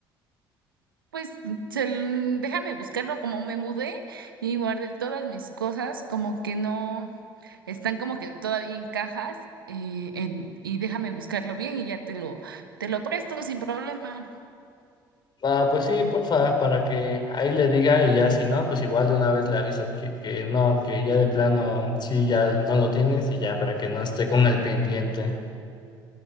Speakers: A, on the right; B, on the left.
A: Pues se l- déjame buscarlo como me mudé y guardé todas mis cosas, como que no están como que todavía en cajas eh, en- y déjame buscarlo bien y ya te lo, te lo presto sin problema.
B: Ah, pues sí, porfa, para que ahí le diga y ya si no, pues igual de una vez le aviso que, que no, que ya de plano sí, ya no lo tienes y ya para que no esté con el pendiente.